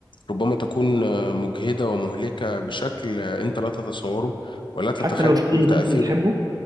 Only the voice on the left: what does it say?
ربما تكون آه، مجهدة ومهلكة بشكل آه، أنت لا تتصوره ولا تتخيل
تأثيره